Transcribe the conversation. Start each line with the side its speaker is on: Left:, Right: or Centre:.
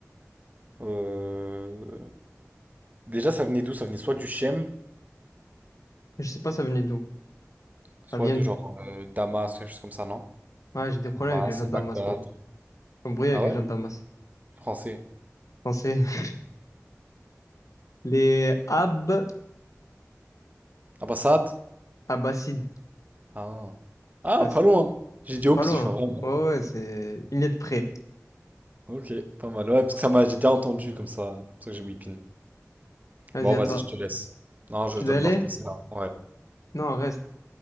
Right: Euh, Déjà, ça venait d'où? Ça venait soit du Chem,
Left: Je sais pas ça venait d'où.
Right: soit
Left: Ça vient
Right: de
Left: d'où.
Right: genre euh, Damas, quelque chose comme ça, non?
Left: Ouais, j'ai des problèmes
Right: Bah,
Left: avec les
Right: c'est
Left: gens de
Right: Bagdad.
Left: Damas, moi. Un bruit avec
Right: Ah
Left: les
Right: ouais?
Left: gens de Damas.
Right: Français.
Left: Non, c'est <laughs> les Ab
Right: Ah bah, Saad?
Left: Abbasides.
Right: Ah. Ah,
Left: Ouais, c'est
Right: pas loin. J'ai dit au
Left: pas
Right: pif,
Left: loin.
Right: hein, vraiment.
Left: hein. Ouais, ouais, c'est une lettre près.
Right: Ok, pas mal. Ouais, parce que ça m'a, j'ai déjà entendu comme ça. C'est pour ça que j'ai whippin.
Left: Vas-y,
Right: Bon,
Left: à
Right: vas-y,
Left: toi.
Right: je te laisse. Non, je,
Left: Tu
Right: je
Left: dois
Right: dois
Left: aller?
Right: devoir te laisser là. Ouais.
Left: Non, reste.